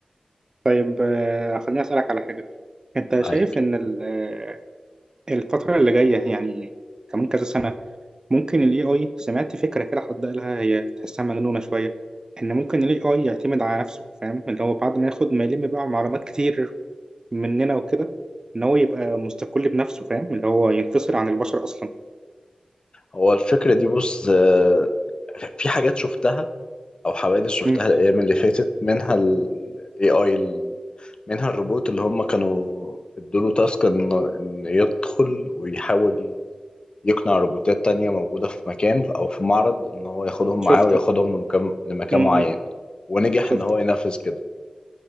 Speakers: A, on the right; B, on the left.
A: طيب آه، خليني أسألك على حاجة أنت
B: معاك
A: شايف إن ال- آه، الفترة اللي جاية يعني كمان كذا سنة ممكن ال AI سمعت فكرة كده حد قالها هي تحسها مجنونة شوية إن ممكن ال AI يعتمد على نفسه فاهم اللي هو بعد ما ياخد ما يلم بقى معلومات كتير مننا وكده إن هو يبقى مستقل بنفسه فاهم اللي هو ينفصل عن البشر أصلا
B: هو الفكرة دي بص آه، في حاجات شفتها او حوادث شفتها
A: مم.
B: الايام اللي فاتت منها الاي اي منها الروبوت اللي هم كانوا ادوا له تاسك ان إن يدخل ويحاول يقنع روبوتات تانية موجودة في مكان أو في معرض إن هو ياخدهم معاه
A: شفته
B: وياخدهم لمكان, لمكان
A: مم.
B: معين
A: مم.
B: ونجح
A: شفته
B: إن هو ينفذ كده